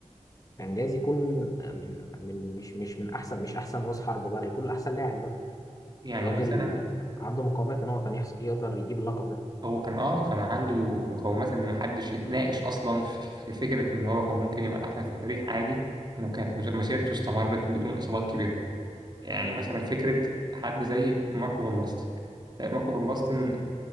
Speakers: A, on the left; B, on the right.
A: فكان جايز يكون آه، من من مش مش من احسن مش احسن راس حرب بقى لا يكون احسن لاعب بقى
B: يعني
A: راجل
B: مثلا
A: آه، عنده مقومات ان هو كان يحص- يقدر يجيب اللقب ده
B: هو كان اه كان عنده مقومات ان ما حدش يتناقش اصلا في في فكره ان هو كان ممكن يبقى الاحسن في التاريخ عادي انه كانت مس- مسيرته استمرت بدون اصابات كبيره يعني مثلا فكره حد زي ماركو بن باستن ماركو بن باستن